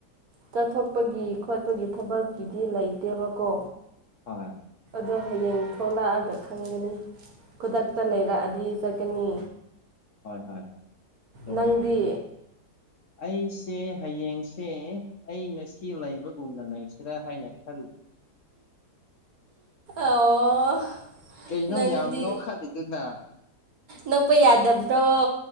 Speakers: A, on the right (about 60°); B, on the left (about 55°).
A: ꯆꯠꯊꯣꯛꯄꯒꯤ ꯈꯣꯠꯄꯒꯤ ꯊꯕꯛꯀꯤꯗꯤ ꯂꯩꯇꯦꯕꯀꯣ
B: ꯍꯣꯏ
A: ꯑꯗꯣ ꯍꯌꯦꯡ ꯊꯣꯛꯂꯛꯑꯒ ꯈꯪꯒꯅꯤ ꯈꯨꯗꯛꯇ
B: ꯑꯠꯆꯥ
A: ꯂꯩꯔꯛꯑꯗꯤ ꯆꯠꯀꯅꯤ
B: ꯍꯣꯏ ꯍꯣꯏ ꯍꯣꯏ ꯆꯨꯝꯃꯦ
A: ꯅꯪꯗꯤ
B: ꯑꯩꯁꯦ ꯍꯌꯦꯡꯁꯦ ꯑꯩ ꯉꯁꯤ ꯂꯩꯕꯒꯨꯝꯅ ꯂꯩꯁꯤꯔꯥ ꯍꯥꯏꯅ ꯈꯜꯂꯤ
A: ꯑꯣ
B: ꯀꯩꯅꯣ
A: ꯅꯪꯗꯤ
B: ꯌꯥꯝꯅꯣ ꯈꯜꯂꯤꯗꯨꯅ
A: ꯅꯣꯛꯄ ꯌꯥꯗꯕ꯭ꯔꯣ